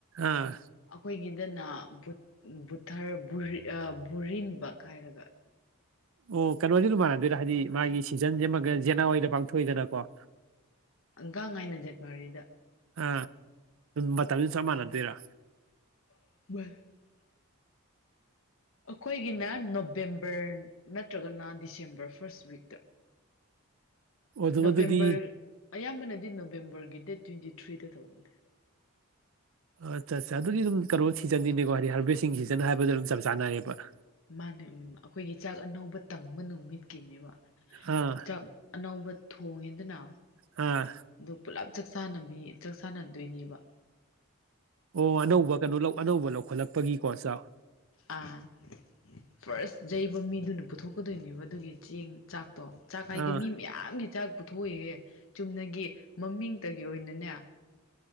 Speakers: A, on the right (about 65°); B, on the left (about 65°).
A: ꯑꯥ
B: ꯑꯩꯈꯣꯏꯒꯤ ꯍꯥꯏꯗꯅ ꯕꯨꯊ ꯕꯨꯔꯤꯟꯕꯛ ꯍꯥꯏꯔꯒ
A: ꯑꯣ ꯀꯩꯅꯣꯗꯤ ꯑꯗꯨ ꯃꯥꯟꯅꯗꯣꯏꯔꯥ ꯍꯥꯏꯗꯤ ꯃꯥꯒꯤ ꯁꯤꯖꯟꯁ ꯑꯃꯒ ꯖꯅꯋꯥꯔꯤꯗ ꯄꯥꯡꯊꯣꯛꯏꯗꯅꯀꯣ
B: ꯒꯥꯡ ꯍꯥꯏꯥꯏꯅ ꯖꯠꯋꯥꯔꯤꯗ
A: ꯑ ꯃꯇꯝꯗꯨ ꯆꯞ ꯃꯥꯟꯅꯗꯣꯏꯔꯥ
B: <unintelligible> ꯑꯩꯈꯣꯏꯒꯤꯅ ꯅꯣꯕꯦꯝꯕꯔ ꯅꯠꯇ꯭ꯔꯒꯅ ꯗꯤꯁꯦꯝꯕꯔ ꯐꯥꯔꯁ ꯋꯤꯛꯇ
A: ꯑꯣ ꯑꯗꯨꯝ
B: ꯅꯣꯕꯦꯝꯕꯔ
A: ꯑꯗꯨꯗꯤ
B: ꯑꯌꯥꯝꯕꯅꯗꯤ ꯅꯣ ꯅꯕꯦꯝꯕꯔꯒꯤ ꯗꯦꯠ ꯇ꯭ꯋꯦꯟꯇꯤ ꯊ꯭ꯔꯤꯗ ꯇꯧꯕꯅꯦ
A: ꯑꯠꯆꯥ ꯑꯠꯆꯥ ꯑꯗꯨꯒꯤ ꯑꯗꯨꯝ ꯀꯩꯅꯣ ꯁꯤꯖꯟꯒꯤꯅꯦꯀꯣ ꯍꯥꯏꯗꯤ ꯍꯥꯔꯚꯦꯁꯁꯤꯡ ꯁꯤꯖꯟ ꯍꯥꯏꯕꯗꯣ ꯑꯗꯨꯝ ꯆꯞ ꯆꯥꯅꯔꯌꯦꯕ
B: ꯃꯥꯅꯦ ꯎꯝ ꯑꯩꯈꯣꯏꯒꯤ ꯆꯥꯛ ꯑꯅꯧꯕ ꯇꯪꯕ ꯅꯨꯃꯤꯠꯀꯤꯅꯦꯕ
A: ꯑꯥ
B: ꯍꯛꯆꯥꯛ ꯑꯅꯧꯕ ꯊꯣꯡꯉꯦꯗꯅ
A: ꯑꯥ
B: ꯑꯗꯨꯄꯨꯂꯞ ꯆꯥꯛ ꯆꯥꯟꯅꯕꯤ ꯆꯥꯛ ꯆꯥꯟꯅꯗꯣꯏꯅꯦꯕ
A: ꯑꯣ ꯑꯅꯧꯕ ꯀꯩꯅꯣ ꯑꯅꯧꯕ ꯂꯧꯈꯠꯂꯛꯄꯒꯤꯀꯣ ꯆ
B: ꯑꯥ ꯐꯥꯔꯁ ꯌꯩꯕ ꯃꯤꯗꯨꯅ ꯄꯨꯊꯣꯛꯀꯗꯣꯏꯅꯤꯕ ꯃꯗꯨꯒꯤ ꯆꯦꯡ ꯆꯥꯛ ꯇꯣ ꯆꯥꯛ ꯍꯥꯏꯗꯤ
A: ꯑꯥ
B: ꯃꯤ ꯃꯌꯥꯝꯒꯤ ꯆꯥꯛ ꯄꯨꯊꯣꯛ ꯑꯣꯏꯍꯦ ꯆꯨꯝꯅ ꯒꯤ ꯃꯃꯤꯡꯇꯒꯤ ꯑꯣꯏꯅꯅꯦ